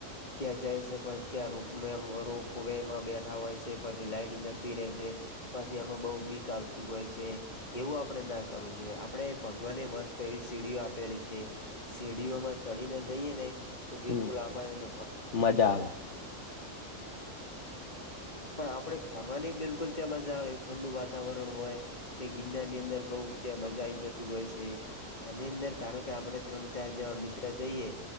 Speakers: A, on the left; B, on the left.
A: ત્યા જય છે, પર ત્યા રોપમેં રોપવે માં બેઠા હોય છે. પછી લાાઈટ જતી રે છે, પાછી એમાં બઉ બીક આવતી હોય છે, એવું આપડે નાખ કરવું જુએ આપણે ભગવાનને મસ્ત એવી સીડીઓ આપેલી છે. સીડીઓમાં સડીને જઈએ ને તો બિલ
B: હમ
A: પણ
B: મજા આવે
A: આપડણે ફરવાની બિલકુલ તેમાં જ આવે એવું ઠંડુ વાતાવરણ હોય. તે ગિરનાર ની અંદર બઉુ ત્યાં મજા આઈ જતી હોય છે. એની અંદર ધારો કે આપણે ત્રણ ચાર જેવા મિત્ર જઈએ